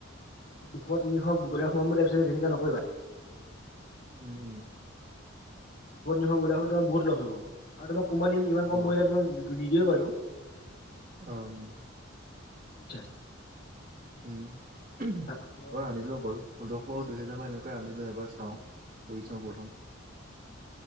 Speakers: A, on the left; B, on the right.
A: দুশ তিনিশ ব‌ইলা সোমাম বুলি ভাবিছা যদি তেনেকে নকৰিবা
B: উম উম।
A: দুশ তিনিশ বইলা হ'লে তোমাৰ বহুত লছ হ'ব। আৰু তোমাক কম্পেনীয়ে ইমান কম
B: অ
A: ব্ৰইলা তোমাক নিদিয়ে বাৰু
B: অ নিদিয়ে।
A: উঠা
B: উম উম এবাৰ
A: সাতশ
B: আনিলো
A: আঠশ
B: বাৰু
A: অ
B: পোন্ধৰ শ দুহেজাৰ মান এনেকোৱাই আনি লৈ এবাৰ চাও কৰি চাও প্ৰথম।